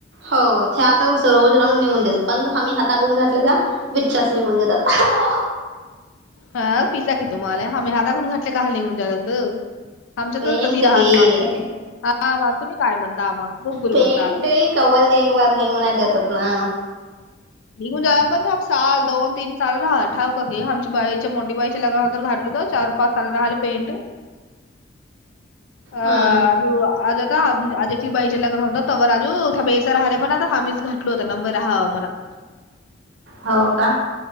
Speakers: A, on the right; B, on the left.
A: हो ते आता रोज राऊंड निेऊन देतात पण आम्ही हाताकडून घातले त्या वर चणी होवून जातात.
B: हा पिसा की तुम्हाला आम्ही हाता करून घटले काल नाही म्हनून जातात. आमच्या
A: पेंट
B: तर तशी राहत
A: की
B: मा हा बा तुम्ही काय म्हणता आम्हा बुगुल
A: पेंट
B: म्हणता का?
A: पेंट कवर घ वर निघून जातात ना
B: निघून जाय पण ते साल दोन तीन साल रा ठावक आमच्या बाईच्या मोठी बाई च्या लग्न घातटलं तर चार पाच साला राहि पेंट अ <unintelligible>
A: हम्म
B: तु आजाता अजय बाईच लगन तवर आजू ठबे इथ राहले पणा हावीत. <unintelligible> दोत नंबर हाव म्हणा.
A: हो का